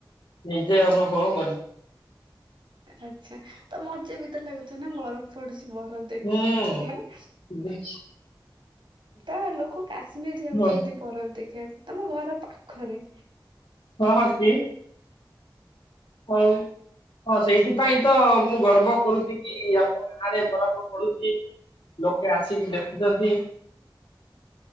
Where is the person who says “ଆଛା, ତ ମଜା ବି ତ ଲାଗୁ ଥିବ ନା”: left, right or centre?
Right